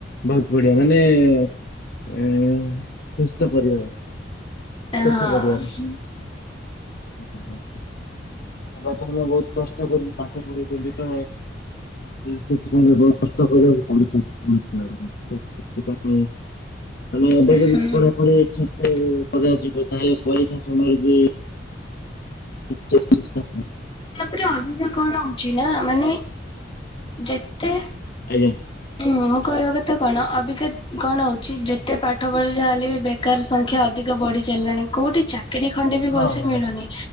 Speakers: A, on the left; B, on the left.
A: ବହୁତ ବଢିଆ ମାନେ ଏ ସୁସ୍ଥ ପରିବାର।
B: ହଁ।
A: ସୁଖୀ ପରିବାର। ଘରଲୋକେ ବହୁତ କଷ୍ଟ କରି ପାଠ ପଢ଼ିଛନ୍ତି ତ ସେଥି ବହୁ କଷ୍ଟ କରିବାକୁ ପଡୁଛି <unintelligible> ଆମେ ଏବେ ଯଦି
B: ହୁଁ ହୁଁ।
A: ପଢି ପଢି ଠିକ ସେ ପଢା ଯିବ ତାହେଲେ ପରୀକ୍ଷା ସମୟରେ ବି <unintelligible>
B: ମାତ୍ରେ ଅଭିଜ୍ଞ କଣ ହଉଛି ନା ମାନେ ଯେତେ
A: ଆଜ୍ଞା।
B: ହୁଁ ମୁଁ କହିବା କଥା କଣ ଅବିକା କଣ ହଉଛି ଯେତେ ପାଠ ପଢି ଯାହା ହେଲେ ବି ବେକାର ସଂଖ୍ୟା ଅଧିକ ବଢି ଚାଲିଲାଣି କୋଉଠି ଚାକିରି ଖଣ୍ଡେ ବି
A: ହଁ
B: ଭଲସେ
A: ମ୍ୟାଡ଼ାମ।
B: ମିଳୁନି।